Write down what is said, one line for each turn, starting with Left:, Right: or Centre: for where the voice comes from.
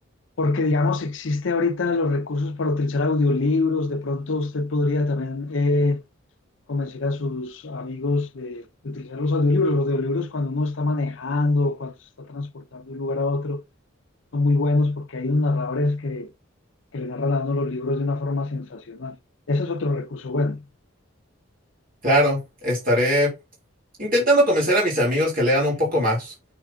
Left: porque digamos, existe ahorita los recursos para utilizar audiolibros, de pronto usted podría también eh, convencer a sus amigos de, de utilizar los audiolibros, los audiolibros cuando uno está manejando, cuando se está transportando de un lugar a otro, son muy buenos porque hay unos narradores que que le narra a uno los libros de una forma sensacional. Ese es otro recurso bueno.
Right: Claro, estaré intentando convencer a mis amigos que lean un poco más.